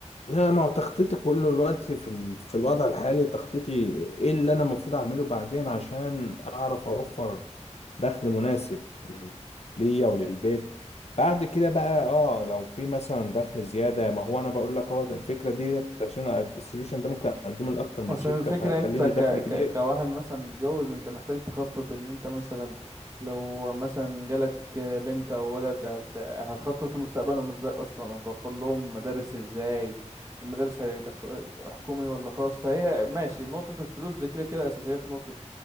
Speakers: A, on the left (about 60°); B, on the right (about 25°).
A: لا ما هو تخطيطي كله الوقت في ال... في الوضع الحالي تخطيطي ايه اللي انا المفروض اعمله بعدين عشان اعرف اوفر دخل مناسب لل- ليا وللبيت بعد كده بقى اه لو في مثلا دخل زيادة ما هو انا بقول لك هو الفكرة ديت عشان أقد- السوليوشن ده ممكن اقدمه لاكتر من
B: مثلا
A: شركة
B: الفكرة
A: فهيخليني
B: انت ك...
A: دخل كبير
B: ك... كواحد مثلا متجوز انت محتاج تخطط ان انت مثلا لو مثلا جالك بنت او ولد هت... هتخطط لمستقبلهم ازاي اصلا هتوفر لهم مدارس ازاي المدارس هيدخ... حكومي ولا خاص فهي ماشي نقطة الفلوس دي كده كده اساسية في نقطة